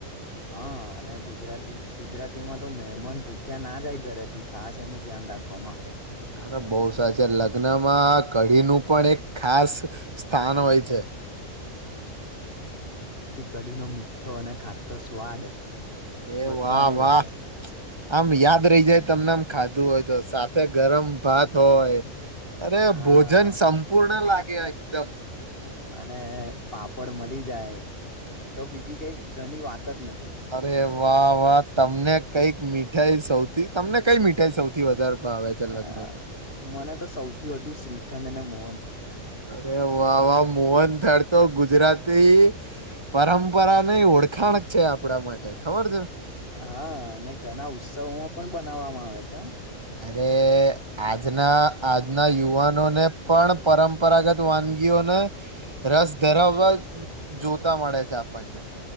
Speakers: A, on the left; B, on the right.
A: હા અને ગુજરાતી ગુજરાતીમાં તો મહેમન ભૂખ્યા ના જાય ઘરેથી ખાસ એનું ધ્યાન રાખવામાં આવે છે.
B: અરે બહુ સાચી લગ્નમાં કઢીનું પણ એક ખાસ સ્થાન હોય છે.
A: કઢી નો મીઠો અને ખાટો સ્વાદ
B: અરે
A: બધાને
B: વાહ વાહ
A: ગમે
B: આમ યાદ રહી જાય તમને આમ ખાધું હોય તો સાથે ગરમ ભાત હોય અરે
A: હા
B: ભોજન સંપૂર્ણ લા એકદમ.
A: અને પાપડ મળી જાય તો બીજી કઈ ઘણી વાત જ નથી
B: અરે વાહ વાહ તમને કઈક મીઠાઈ સૌ થી તમને કઈ મીટાઈ સૌથી વધારે ભાવે છે
A: અ
B: લગ્નમાં
A: મને તો સૌથી વધુ શ્રીખંડ અને મો
B: અરે વાહ વાહ મોહનથાર તો ગુજરાતી પરંપ પરાની ઓળખાણક છે આપણા માટે ખબર છે?
A: હા અને ઘણા ઉત્સવોમાં પણ બનાવવામાં આવે છે હા.
B: અરે આજના આજના યુવાનોને પણ પરંપરાગત વાનગીઓને રસ ધરાવવા જોતા મળે છે આપણને.